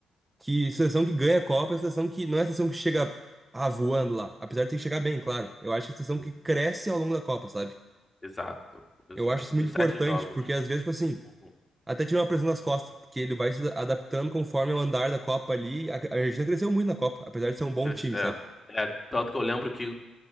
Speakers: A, on the right; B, on the left.
A: que seleção que ganha a Copa é a seleção que não é a seleção que chega ah, voando lá, apesar de ter que chegar bem, claro. Eu acho que é a seleção
B: sim,
A: que cresce ao longo da Copa, sabe?
B: exato, exato.
A: Eu acho isso
B: Nos
A: muito
B: sete
A: importante,
B: jogos.
A: porque às vezes, tipo assim,
B: Uhum.
A: até tira uma pressão das costas, porque ele vai se adaptando conforme o andar da Copa ali. A a Argentina cresceu muito na Copa, apesar de ser um bom
B: Cres-
A: time,
B: É,
A: sabe?
B: é, tanto que eu lembro que